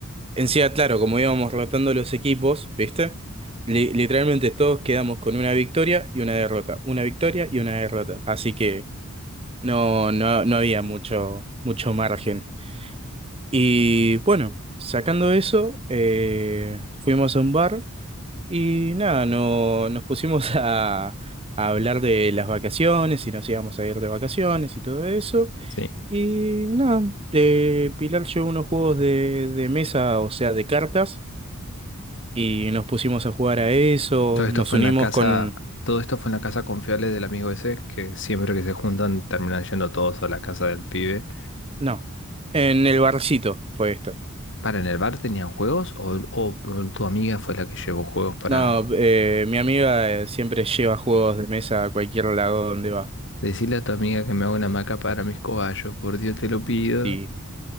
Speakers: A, on the right; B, on the left.
A: En sí, claro, como íbamos rotando los equipos, ¿viste? Li- literalmente todos quedamos con una victoria y una derrota, una victoria y una derrota. Así que no, no, no había mucho, mucho margen. Y bueno, sacando eso, eh, fuimos a un bar y nada, no, nos pusimos <laughs> a, a hablar de las vacaciones y nos íbamos a ir de vacaciones y todo eso.
B: Sí.
A: Y nada, eh, Pilar llevó unos juegos de, de mesa, o sea, de cartas. Y nos pusimos a jugar a eso,
B: Todo esto
A: nos
B: fue
A: unimos
B: en la casa,
A: con...
B: todo esto fue en la casa confiable del amigo ese, que siempre que se juntan terminan yendo todos a la casa del pibe.
A: No, en el barcito fue esto.
B: ¿Para en el bar tenían juegos? ¿O, o tu amiga fue la que llevó juegos para
A: No, eh, mi amiga eh, siempre lleva juegos de mesa a cualquier lado donde va.
B: decirle a tu amiga que me haga una maca para mis cobayos? Por Dios te lo pido.
A: Y,